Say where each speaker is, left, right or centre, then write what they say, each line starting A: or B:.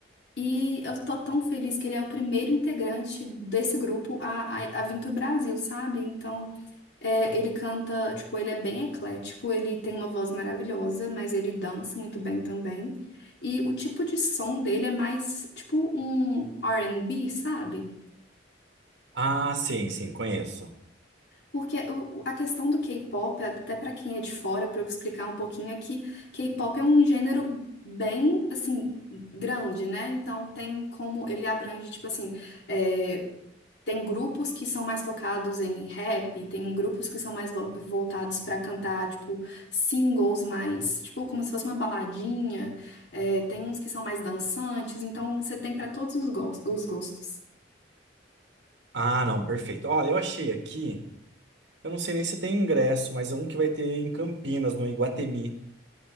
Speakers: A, on the left; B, on the right.
A: E eu tô tão feliz que ele é o primeiro integrante desse grupo a, a, a vir pro Brasil, sabe? Então. É, ele canta, tipo, ele é bem eclético, ele tem uma voz maravilhosa, mas ele dança muito bem também. E o tipo de som dele é mais, tipo, um R&B, sabe?
B: Ah, sim, sim, conheço.
A: Porque o- o- a questão do K-pop, até pra quem é de fora, pra eu explicar um pouquinho, é que K-pop é um gênero bem, assim, grande, né? Então tem como ele abrange, tipo assim, é, Tem grupos que são mais focados em rap, tem grupos que são mais vo- voltados pra cantar, tipo, singles mais, tipo, como se fosse uma baladinha. É, tem uns que são mais dançantes, então você tem pra todos os gos- os gostos.
B: Ah, não, perfeito. Olha, eu achei aqui, eu não sei nem se tem ingresso, mas é um que vai ter em Campinas, no Iguatemi.